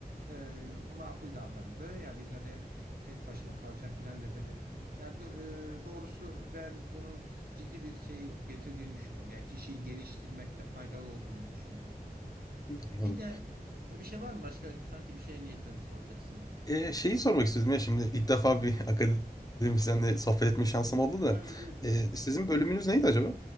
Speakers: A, on the right; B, on the left.
A: e, makul davrandı. Yani illa da ev tut, tek başıma kalacağım filan demedi. Yani do- e, doğrusu ben bunun ciddi bir şey getirdiğini düşünüyorum. Yani kişiyi geliştirmekte faydalı olduğunu düşünüyorum.
B: anladım.
A: Bir de bir şey var mı? Başka sanki bir şeye niyetlerini soracaksın gibi.
B: Eee, şeyi sormak istiyordum ya şimdi ilk defa bir <laughs> akademisyenle sohbet etme şansım oldu da.
A: Yani buyur
B: Eee,
A: tabii.
B: sizin bölümünüz neydi acaba?